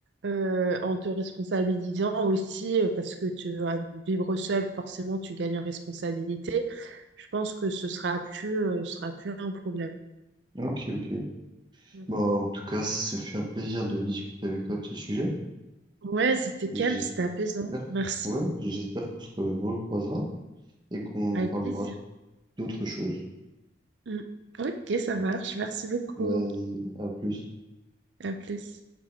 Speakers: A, on the right; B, on the right.
A: euh, en te responsabilisant aussi, euh, parce que tu vas vivre seul, forcément, tu gagnes en responsabilité. Je pense que ce sera plus, euh, ce sera plus un problème.
B: Ok, ok.
A: Mm.
B: Bon, en tout cas, ça fait un plaisir de discuter avec toi de ce sujet.
A: Ouais, c'était calme,
B: J'espère,
A: c'était apaisant. Merci.
B: ouais, j'espère qu'on se recroisera et qu'on
A: Avec
B: parlera
A: plaisir.
B: d'autres choses.
A: Mm. Ok, ça marche. Merci beaucoup.
B: Vas-y, à plus.
A: À plus.